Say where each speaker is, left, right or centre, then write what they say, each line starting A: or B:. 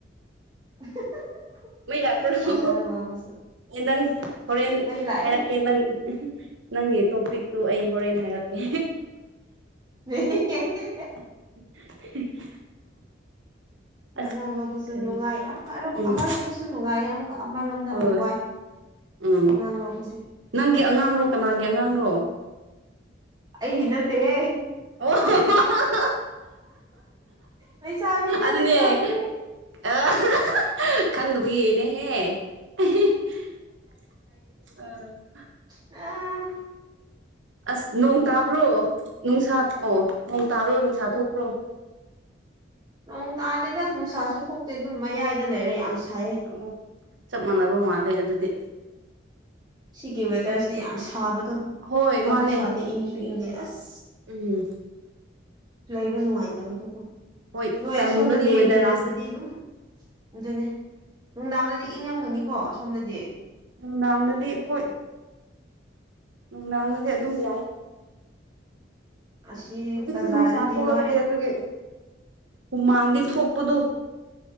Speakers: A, on the right; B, on the right.
A: <inaudible>
B: ꯃꯩ ꯂꯥꯛꯇ꯭ꯔꯁꯨ
A: ꯑꯉꯥꯡ ꯂꯧꯕꯁꯨ
B: ꯅꯪ ꯍꯣꯔꯦꯟ
A: ꯃꯩ ꯂꯥꯛꯑꯦ
B: ꯍꯥꯏꯔꯛꯀꯦ ꯅꯪ ꯅꯪꯒꯤ ꯇꯣꯄꯤꯛꯇꯨ ꯑꯩ ꯍꯣꯔꯦꯟ ꯍꯥꯏꯔꯛꯀꯦ꯫
A: <inaudible>
B: <inaudible> ꯑꯁ
A: ꯑꯉꯥꯡ ꯂꯧꯕꯁꯨ
B: ꯀꯔꯤ
A: ꯅꯨꯡꯉꯥꯏ ꯑꯃꯔꯣꯝ
B: ꯎꯝ
A: ꯑꯃꯔꯣꯝꯗꯁꯨ ꯅꯨꯡꯉꯥꯏ ꯑꯃꯨꯛ ꯑꯃꯔꯣꯝꯗ
B: ꯍꯣꯏ
A: ꯑꯃꯨꯛ ꯋꯥꯏ꯫ ꯑꯁ
B: ꯎꯝ
A: ꯑꯉꯥꯡ ꯂꯧꯕꯁꯦ
B: ꯅꯪꯒꯤ ꯑꯉꯥꯡꯔꯣ ꯀꯅꯥꯒꯤ ꯑꯉꯥꯡꯅꯣ?
A: ꯑꯩꯒꯤ ꯅꯠꯇꯦꯍꯦ꯫
B: ꯑꯣ ꯍꯣ ꯍꯣ
A: ꯂꯩꯁꯥꯕꯤꯅꯦ
B: ꯑꯗꯨꯅꯦ
A: ꯂꯩꯁꯥꯕꯤ꯫
B: ꯑ ꯈꯪꯗꯕꯒꯤꯅꯦꯍꯦ ꯑ
A: ꯑ
B: ꯑꯁ ꯅꯣꯡ ꯇꯥꯕ꯭ꯔꯣ ꯅꯨꯡꯁꯥ ꯑꯣ ꯅꯣꯡ ꯇꯥꯕ꯭ꯔꯣ ꯅꯨꯡꯁꯥ ꯊꯣꯛꯄ꯭ꯔꯣ?
A: ꯅꯣꯡ ꯇꯥꯗꯦꯗ ꯅꯨꯡꯁꯥꯁꯨ ꯊꯣꯛꯇꯦ ꯑꯗꯨꯝ ꯃꯌꯥꯏꯗ ꯂꯩꯔꯦ ꯌꯥꯝ ꯁꯥꯏꯌꯦ꯫
B: ꯑꯣ ꯆꯞ ꯃꯥꯟꯅꯕ ꯃꯥꯜꯂꯦ ꯑꯗꯨꯗꯤ꯫
A: ꯁꯤꯒꯤ ꯋꯦꯗꯔꯁꯤꯗꯤ ꯌꯥꯝ ꯁꯥꯕꯗꯣ
B: ꯍꯣꯏ
A: ꯁꯥꯁꯨ
B: ꯃꯥꯅꯦ
A: ꯁꯥꯗꯦ ꯏꯪꯁꯨ ꯏꯪꯗꯦ ꯑꯁ꯫
B: ꯎꯝ
A: ꯂꯩꯕ ꯅꯨꯡꯉꯥꯏꯇꯕꯗꯨꯀ
B: ꯍꯣꯏ
A: ꯅꯣꯏ
B: ꯇꯟꯕꯒꯤ
A: ꯑꯁꯣꯝꯗꯗꯤ
B: ꯋꯦꯗꯔꯅꯦꯁꯦ
A: ꯅꯨꯡꯗꯥꯡꯗꯗꯤ ꯑꯗꯨꯝ ꯑꯗꯨꯅꯦ ꯅꯨꯡꯗꯥꯡꯗꯗꯤ ꯏꯪꯉꯝꯒꯅꯤꯀꯣ ꯁꯣꯝꯗꯗꯤ꯫
B: ꯅꯨꯡꯗꯥꯡꯗꯗꯤ ꯍꯣꯏ ꯅꯨꯡꯗꯥꯡꯗꯗꯤ ꯑꯗꯨꯝ
A: ꯑꯁ
B: ꯌꯥꯏ꯫
A: ꯑꯁꯤ
B: ꯍꯧꯖꯤꯛꯁꯨ
A: ꯕꯖꯥꯔꯗꯗꯤ
B: ꯅꯨꯡꯁꯥ ꯊꯣꯛꯂꯛꯇꯦ
A: ꯂꯣꯏꯔꯦ
B: ꯑꯗꯨꯒꯤ ꯍꯨꯃꯥꯡꯗꯤ ꯊꯣꯛꯄꯗꯨ꯫